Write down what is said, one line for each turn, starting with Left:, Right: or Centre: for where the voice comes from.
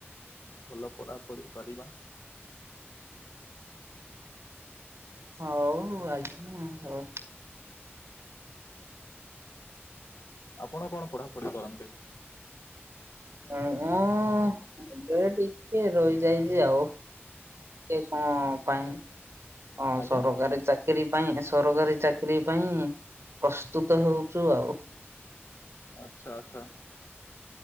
Left: ଭଲ ପଢା ପଢି କରିବା।
Right: ହଉ ଆଜ୍ଞା ହଉ।
Left: ଆପଣ କଣ ପଢାପଢି କରନ୍ତି?
Right: ମୁଁ ଏବେ ଟିକେ ରହିଯାଇଛି ଆଉ। ଟିକେ କଣ ପାଇଁ
Left: ଆଜ୍ଞା
Right: ସରକାରୀ ଚାକିରି ପାଇଁ ସରକାରୀ ଚାକି ଚାକିରି ପାଇଁ ପ୍ରସ୍ତୁତ ହେଉଚୁ ଆଉ।
Left: ଆଚ୍ଛା ଆଛା।